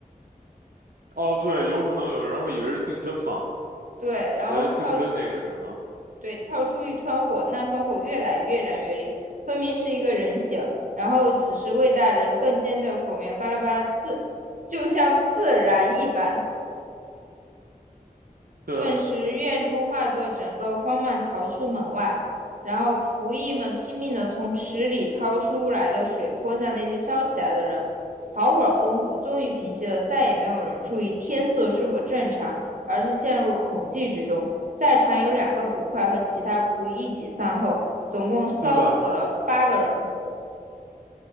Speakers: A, on the right; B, on the right.
A: 哦对，有可能有人会以为是竞争嘛，
B: 对，
A: 觉得竞争那个什么，
B: 然后跳，对，跳出一团火，那团火越来越燃越烈，分明是一个人形，然后此时魏大人更见在火苗巴拉巴拉自，就像自燃一般。
A: 对
B: 顿时院中化作整个荒乱逃出门外，然后仆役们拼命地从池里掏出来的水泼向那些烧起来的人。好会儿功夫，终于平息了，再也没有人注意天色是否正常，而是陷入恐惧之中。在场有两个捕快和其他仆役一起散后，总共烧死了八个人，
A: 对吧？